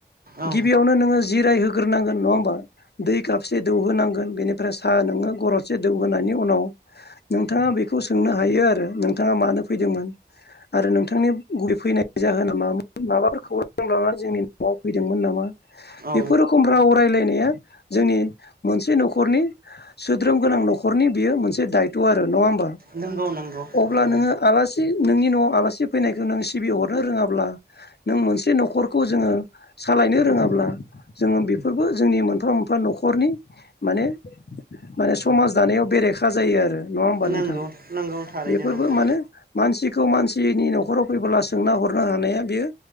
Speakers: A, on the right; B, on the left.
A: औ
B: गिबियावनो नोङो जिराय होग्रोनांगोन नङा ओमबा? दै काबसे दौहोनांगोन बेनिफ्राय साहा नोङो गरदसे दौहोनायनि उनाव नोंथाङा बेखौ सोंनो हायो आरो नोंथाङा मानो फैदोंमोन? आरो नोंथांनि गुबै फैनाय जाहोना मामोन माबाफोर खौरां <unintelligible> जोंनि न'आव फैदोंमोन नामा?
A: औ
B: बेफोर रखम राव रायलायनाया जोंनि मोनसे न'खरनि सोद्रोम गोनां न'खरनि बेयो मोनसे दात्य आरो नङा ओमबा
A: नंगौ नंगौ
B: अब्ला
A: औ
B: नोङो आलासि सि नोंनि न'आव आलासि फैनायखौ नों सिबिहरनो रोङाब्ला नों मोनसे न'खरखौ जोङो सालायनो रोङाब्ला जोङो बेफोरबो जोंनि मोन फ्रोमबो न'खरनि माने माने समाज दानायाव बेरेखा जायो आरो नङा ओमबा
A: नंगौ
B: नोंथां
A: नंगौ थारैनो
B: बेफोरबो
A: नंगौ
B: मानो मानसिखौ मानसिनि न'खराव फैबोला सोंना हरनो हानाया बेयो